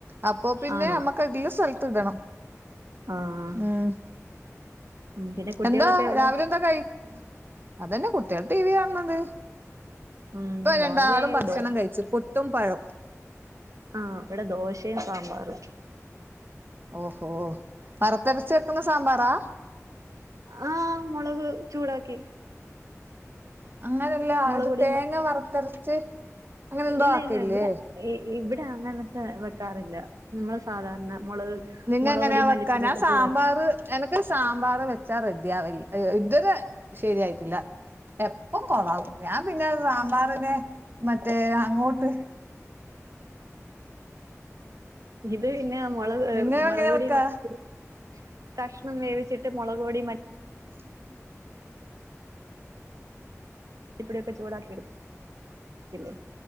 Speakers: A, on the right; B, on the right.
A: അപ്പൊ പിന്നെ
B: ആണോ
A: നമ്മക്ക് ഇള്ള സ്ഥലത്ത് ഇടണം
B: ആഹ്
A: ഉം
B: ഉം പിന്നെ കുട്ടികളൊക്കെ
A: എന്താ
B: എവിടെ
A: രാവിലെ എന്താ കഴിഅതെന്നെ കുട്ടികൾ ടിവി കാണുന്നുണ്ട്
B: ഉം
A: ഇപ്പ
B: രാവിലെ
A: രണ്ടാളും ഭക്ഷണം
B: ദോ
A: കഴിച്ചു പുട്ടും പഴും
B: ആഹ് ഇവിടെ ദോശേം സാമ്പാറും
A: ഓഹോ വറത്തരച്ച് വെക്കുന്ന സാമ്പാറാ?
B: ആഹ് മുളക് ചൂടാക്കി
A: അങ്ങനെയല്ല
B: മുളക്
A: ഒരു
B: പൊടി
A: തേങ്ങ വറത്തരച്ച് അങ്ങനെ എന്തോ
B: ഇല്ല
A: ആക്കില്ലേ
B: ഇല്ല ഇവിടെ ഇവിടെ അങ്ങനത്തെ വെക്കാറില്ല നമ്മൾ സാധാരണ മുളക്
A: നിങ്ങ
B: മുളക്
A: എങ്ങനെയാ
B: പൊടി
A: വെക്കാന
B: മല്ലിപ്പൊടി
A: ഞാൻ
B: ഒക്കെ
A: സാമ്പാർ
B: ചൂടാക്കി
A: എനക്ക് സാമ്പാർ വെച്ചാ റെഡി ആവില്ല ഇതൊരു ശരിയായിട്ടില്ല ഉപ്പും കോളവൂല പിന്നെ സാമ്പാറിനെ മറ്റേ അങ്ങോട്ട്
B: ഇത് പിന്നെ നമ്മള്
A: നിങ്ങ
B: മുളക്
A: എങ്ങനെ
B: പൊടി
A: വെക്കാ
B: മല്ലിപൊടി കഷ്ണം വേവിച്ചിട്ട് മുളക് പൊടി മല്ലി
A: ഉ <inaudible>
B: പൊടിയൊക്കെ ചൂടാക്കി ഇടത്തില്ലേ